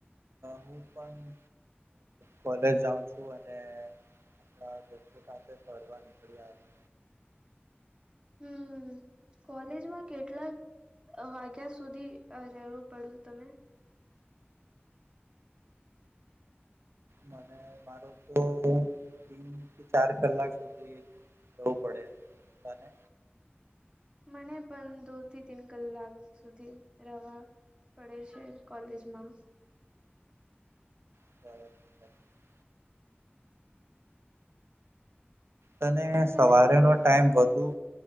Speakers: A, on the right; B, on the right.
A: હું પણ કોલેજ જાઉં છું અને. આપણા દોસ્તો સાથે ફરવા નીકળ્યા હતા.
B: હમ્મ. કોલેજમાં કેટલા વાગ્યા સુધી રહેવું પડું તમે.
A: મને માર તો તીન થી ચાર કલાક સુધી. જવું પડે તને.
B: મને પણ દો થી તીન કલાક સુધી રવા. પડે છે કોલેજમાં.
A: <unintelligible> તને સવારેનો
B: તને
A: ટાઈમ વધુ